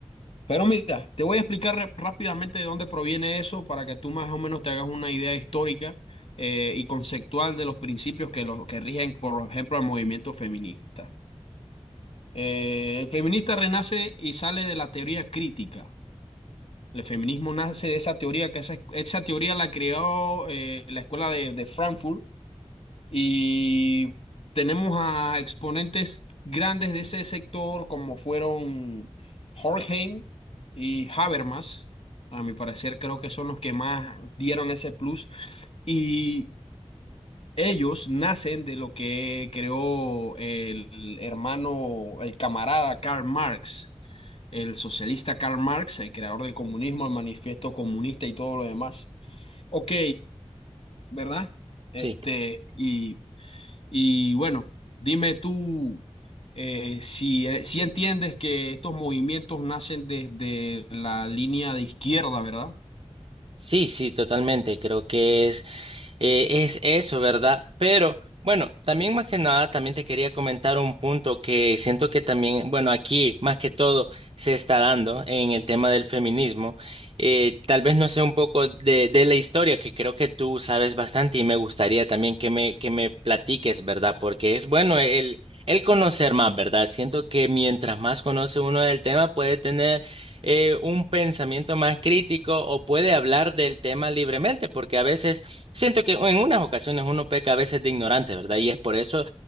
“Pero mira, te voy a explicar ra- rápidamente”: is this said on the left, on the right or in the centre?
Left